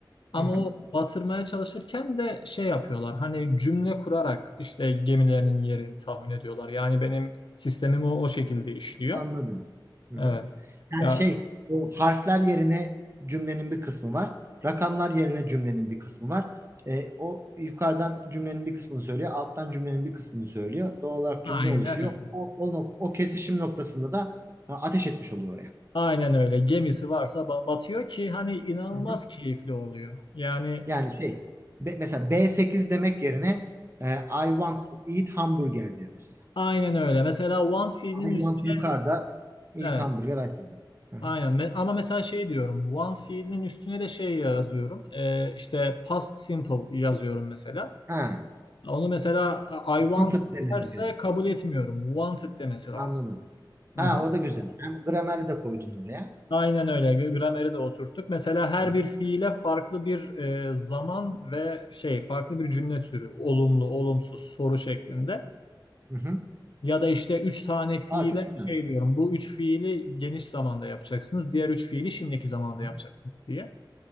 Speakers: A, on the left; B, on the right.
A: Ama
B: Hı-hı.
A: o batırmaya çalışırken de şey yapıyorlar. Hani cümle kurarak işte gemilerinin yerini tahmin ediyorlar. Yani benim sistemim o, o şekilde işliyor.
B: Anladım. Hı-hı.
A: Evet.
B: Yani
A: Ya
B: şey o harfler yerine cümlenin bir kısmı var. Rakamlar yerine cümlenin bir kısmı var. E, o yukarıdan cümlenin bir kısmını söylüyor. Alttan cümlenin bir kısmını söylüyor. Doğal olarak
A: aynen
B: cümle oluşuyor.
A: öyle.
B: O, o, nok- o kesişim noktasında da ha, ateş etmiş oluyor oraya.
A: Aynen öyle. Gemisi varsa ba- batıyor ki hani inanılmaz
B: Hı hı.
A: keyifli oluyor. Yani
B: Yani şey be- mesela B8 demek yerine e, I want to eat hamburger diyor mesela.
A: aynen öyle. Mesela Want fiilinin
B: I
A: üstüne
B: want yukarıda eat
A: evet.
B: hamburger aşağıda. Hı hı.
A: Aynen. Me- Ama mesela şey diyorum. Want fiilinin üstüne de şey yazıyorum. Ee, işte past simple yazıyorum mesela.
B: Ha,
A: Onu mesela I want
B: wanted demesi
A: derse
B: gerekiyor.
A: kabul etmiyorum. Wanted demesi lazım.
B: Anladım.
A: Hı
B: Ha
A: hı.
B: o da güzel. Hem grameri de koydun oraya.
A: Aynen öyle. G- Grameri de oturttuk. Mesela her
B: Hı hı.
A: bir fiile farklı bir e, zaman ve şey farklı bir cümle türü. Olumlu, olumsuz, soru şeklinde.
B: Hı hı.
A: Ya da işte üç tane fiile
B: Aa çok güzelmiş.
A: şey diyorum. Bu üç fiili geniş zamanda yapacaksınız. Diğer üç fiili şimdiki zamanda
B: Hı.
A: yapacaksınız diye.